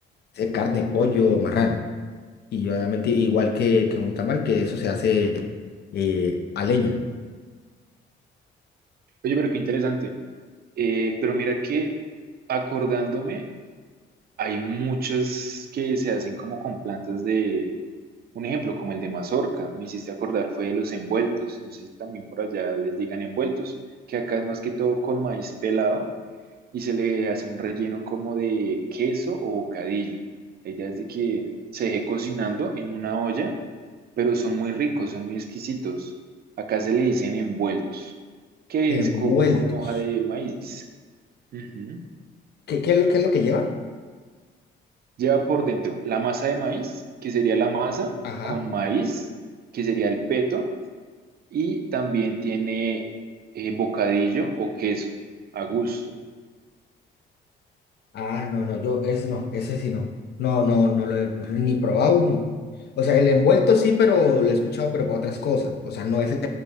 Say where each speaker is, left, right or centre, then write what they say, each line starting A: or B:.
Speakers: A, on the left (about 55°); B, on the right (about 50°).
A: sea carne, pollo, marrano. Y obviamente igual que, que un tamal, que eso se hace eh, a leña.
B: pero qué interesante. Eh, pero mira que acordándome, hay muchas que se hacen como con plantas de, un ejemplo, como el de mazorca, me hiciste acordar, fue de los envueltos. No sé si también por allá les digan envueltos, que acá es más que todo con maíz pelado y se le hace un relleno como de queso o bocadillo. La idea es de que se deje cocinando en una olla, pero son muy ricos, son muy exquisitos. Acá se le dicen envueltos, que es
A: Envueltos.
B: co- con hoja de maíz. Ujú.
A: ¿Qué, qué es lo, qué es lo que lleva?
B: Lleva por dentro la masa de maíz, que sería la masa
A: Ajá.
B: con maíz, que sería el peto, y también tiene eh, bocadillo o queso a gusto.
A: Ah, no, no, yo, ese no, ese sí no. No, no, no lo he ni probado ni... O sea, el envuelto sí, pero lo he escuchado, pero para otras cosas. O sea, no ese